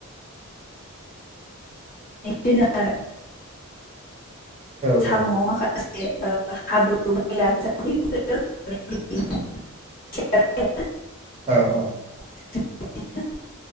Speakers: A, on the left; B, on the right.
A: दोनो आरो
B: औ औ
A: साम'आव माखासे ओ हाब्रु <unintelligible>
B: औ औ
A: <unintelligible>